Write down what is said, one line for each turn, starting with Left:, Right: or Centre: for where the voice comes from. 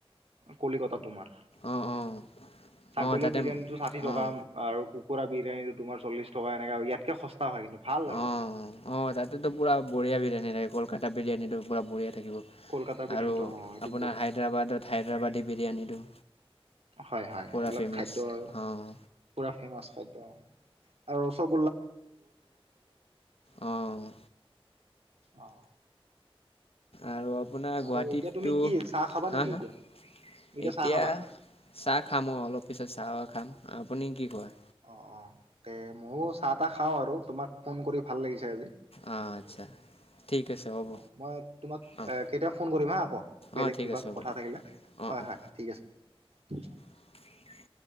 Right: কলিকতাত তোমাৰ
Left: অঁ অঁ
Right: ছাগলী
Left: অঁ তাতে
Right: বিৰিয়ানীটো ষাঠি টকা
Left: অঁ
Right: আৰু কুকুৰা বিৰিয়ানীটো তোমাৰ চল্লিছ টকা এনেকা ইয়াতকে সস্তা হয় কিন্তু ভাল আৰু
Left: অৱ অৱ তাতটো পুৰা বঢ়িয়া বিৰিয়ানী থাকে। কলকাতা বিৰিয়ানীটো পুৰা বঢ়িয়া থাকিব
Right: কলকাতা বিৰিয়ানীটো
Left: আৰু
Right: অ এইটো
Left: আপোনাৰ
Right: বহুত
Left: হাইদৰাবাদৰ হাইদৰাবাদৰ বিৰিয়ানীটো।
Right: হয় হয়
Left: পূৰা
Right: এইবিলাক
Left: ফেমাছ
Right: খাদ্য‌ আৰু
Left: অঁ
Right: পুৰা ফেমাচ খাদ্য আৰু চপ
Left: অৱ।
Right: অহ।
Left: আৰু আপোনাৰ
Right: বাৰু
Left: গুৱাহাটীততো
Right: এতিয়া তুমি কি চাহ খাবা
Left: হা
Right: নেকি
Left: হা
Right: এতিয়া?
Left: এতিয়া
Right: চাহ খাবা
Left: চাহ খাম অৱ অলপ পিছত চাহ খাম। আপুনি কি কয়?
Right: অ অ তে ময়ো চাহ তাহ খাওঁ আৰু। তোমাক ফোন কৰি ভাল লাগিছে আজি।
Left: অ আচ্ছা। ঠিক আছে হ'ব
Right: অৱ মই তোমাক
Left: অঁ
Right: কেতিয়াবা ফোন কৰিম হা আকৌ বেলেগ
Left: অঁ ঠিক
Right: কিবা
Left: আছে হ'ব
Right: কথা
Left: দিয়ক
Right: থাকিলে?
Left: অঁ
Right: হয়
Left: অঁ
Right: হয় ঠিক আছে।
Left: <inaudible>